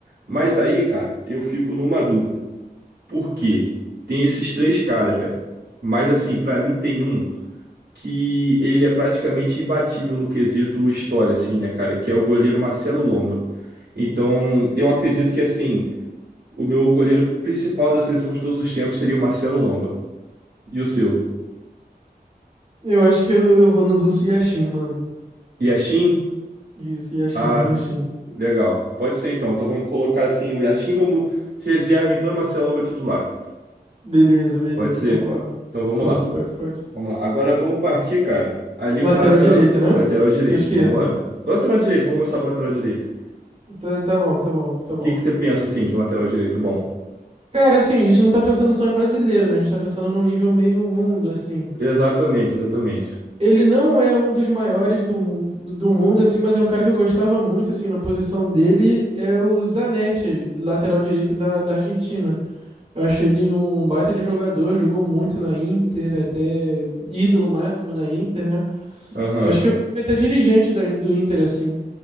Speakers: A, on the right; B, on the right.
A: Mas aí, cara, eu fico numa dúvida. Por quê? Tem esses três caras, velho. Mas assim, pra mim tem um que ele é praticamente imbatível no quesito história, assim, né, cara? Que é o goleiro Marcelo Lomba. Então, eu acredito que assim, o meu goleiro principal da seleção de todos os tempos seria o Marcelo Lomba. E o seu?
B: Eu acho que eu, eu vou no russo Yashin, mano.
A: Yashin?
B: Isso, Yashin,
A: Ah,
B: Yashin.
A: legal. Pode ser então. Então vamos colocar assim o Yashin como reserva, então, e o Marcelo Lomba titular.
B: Beleza, beleza,
A: Pode ser?
B: concordo.
A: Então vamos
B: Pode,
A: lá.
B: pode, pode.
A: Vamos lá. Agora vamos partir, cara, ali
B: Lateral
A: para lateral,
B: direito, né?
A: lateral direito.
B: Ou esquerdo?
A: Vamos embora. Lateral direito, vamos gostar para lateral direito.
B: Tá, tá bom, tá bom, tá
A: O
B: bom.
A: que que você pensa assim de um lateral direito bom?
B: Cara, assim, a gente não tá pensando só em brasileiro, né? A gente tá pensando num nível meio mundo, assim.
A: Exatamente, exatamente.
B: Ele não é um dos maiores do, mu- do, do mundo, assim, mas é um cara que eu gostava muito, assim, na posição dele é o Zanetti, lateral direito da, da Argentina. Eu acho ele um, um baita de jogador, jogou muito na Inter, até ídolo máximo na Inter, né?
A: Aham.
B: Eu acho que eu fui até dirigente da, In- do Inter, assim.